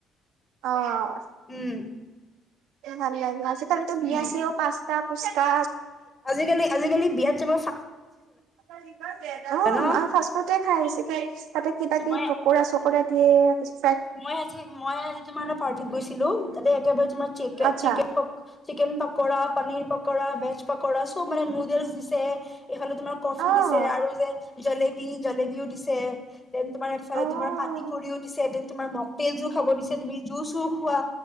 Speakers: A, on the right (about 85°); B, on the left (about 20°).
A: অহ।
B: উম
A: ভাল লাগে, আজিকালিতো
B: সেনেকে
A: বিয়া-চিয়ায়েও পাঁচটা- ফুচকা
B: আজিকালি, আজিকালি বিয়াত চব
A: অ',
B: ন
A: আৰু ফাষ্ট ফুডহে খাই বেছিকে, তাতে কিবা-কিবি
B: মই
A: প'কৰা-চ'কৰা। <unintelligible>
B: মই আজি, মই আজি তোমাৰ এটা পাৰ্টিত গৈছিলো, তাতে একেবাৰে তোমাৰ চিকে
A: আচ্ছা
B: chicken chicken pakora, paneer pakora, veg pakora চব মানে নুডেলচ দিছে। এইফালে তোমাৰ কফি
A: অ
B: দিছে আৰু যে জলেবি জলেবিও দিছে, দেন তোমাৰ এফালে
A: অ',
B: তোমাৰ প কৰিও দিছে, এদিন তোমাৰ মখতেল জোৰ খাব দিছে, তুমি জুচো খোৱা।